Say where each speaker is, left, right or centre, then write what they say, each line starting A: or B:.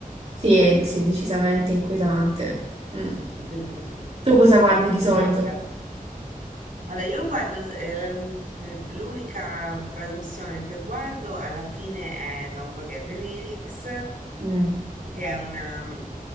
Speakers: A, on the right; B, on the right.
A: Sì, è- sì, è decisamente inquietante. Mm.
B: eh?
A: Tu cosa guardi di solito?
B: <laughs> Ah, ok. Allora, io guardo, ehm, eh, l- l'unica trasmissione che guardo alla fine è Don't Forget the Lyrics,
A: Mm.
B: che è una, mm,